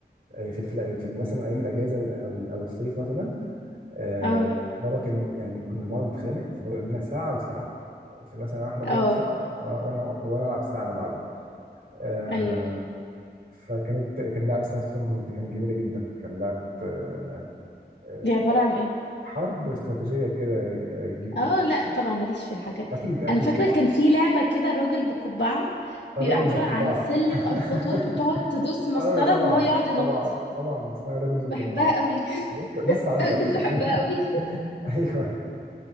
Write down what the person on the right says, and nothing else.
آه، في في في مثلا أيام الأجازة وال- أو أو الصيف مثلا آه
بابا كان يعني كنا بنقعد نتخانق فبابا يقول لنا ساعه وساعه فمثلا انا احمد
يقعد ساعه وانا وانا وانا وأنا العب ساعه انا بعده آه
فكانت كان لعبه اسمها سترونج هولد كانت جميله جدا كان لعبه آه آه
حرب استراتيجيه كده ج- ج-
اكيد
اكيد
طبعا
الرجل
ذو القبعه
<laughs>
ايوه طبعا
طبعا طبعا اسمها الرجل ذو القبعه
لسه لسه
عندي
على فكره
<laughs> ايوه